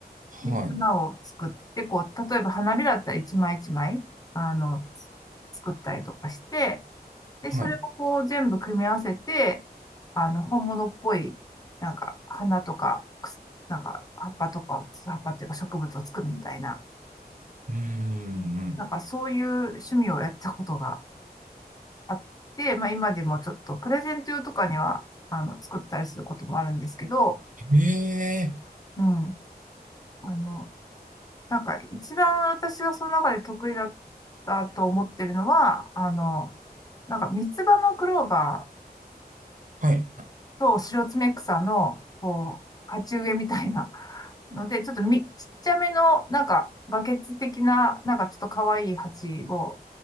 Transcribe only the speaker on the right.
はい、
はい。
うーん。
へええ、
はい。